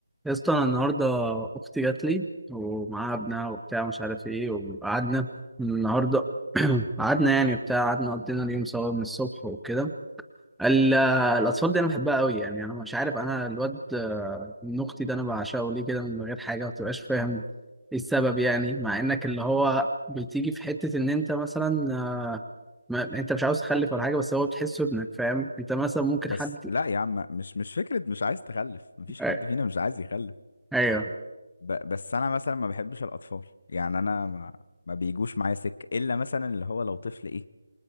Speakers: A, in the centre; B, on the left (about 40°).
A: يا اسطى انا النهارده اختي جات لي ومعاها ابنها وبتاع مش عارف ايه وقعدنا النهارده <clears throat> قعدنا يعني وبتاع قعدنا قضينا اليوم سوا من الصبح وكده ال- الاطفال دي انا بحبها قوي يعني انا مش عارف انا الواد آه، من اختي ده انا بعشقه ليه كده من غير حاجه ما بتبقاش فاهم ايه السبب يعني مع انك اللي هو بتيجي في حته ان انت مثلا آه، ما انت مش عاوز تخلف ولا حاجه بس هو بتحسه ابنك فاهم انت مثلا ممكن
B: بس
A: حد
B: لا يا عم مش مش فكرة مش عايز تخلف مفيش
A: أي-
B: حد فينا مش عايز يخلف
A: ايوه
B: ب... بس انا مثلا ما بحبش الاطفال يعني انا ما, ما بيجوش معايا سكة الا مثلا اللي هو لو طفل ايه